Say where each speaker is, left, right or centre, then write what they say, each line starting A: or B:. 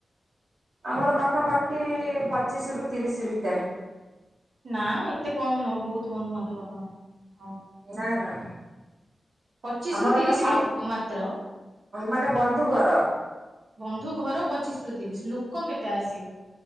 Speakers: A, on the right; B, on the right.
A: ଆମର ପାଖାପାଖି ପଚିଶ ରୁ ତିରିଶ ଭିତରେ
B: ନା ଏତେ କମ ନୁହଁ ବହୁତ ବନ୍ଧୁ ବାନ୍ଧବ ଆପଣଙ୍କ ହ
A: ନା ନା।
B: ପଚିଶ
A: ଆମର
B: ରୁ ତିରିଶ
A: ସାତ
B: ଲୋକ ମାତ୍ର
A: ମାନେ ବନ୍ଧୁ ଘର।
B: ବନ୍ଧୁ ଘର ପଚିଶ ରୁ ତିରିଶ ଲୁକ କେତେ ଆସିବେ?